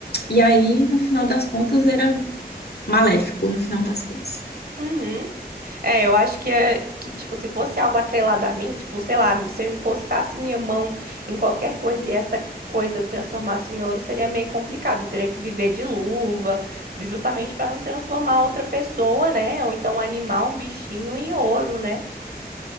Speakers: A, on the left; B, on the right.
A: E aí, no final das contas, era maléfico, no final das contas.
B: uhum. É, eu acho que é que, tipo, se fosse algo atrelado a mim, tipo, sei lá, se eu encostasse minha mão em qualquer coisa e essa coisa transformasse em ouro, seria meio complicado. Eu teria que viver de luva, justamente para não transformar outra pessoa, né? Ou então animar um bichinho em ouro, né?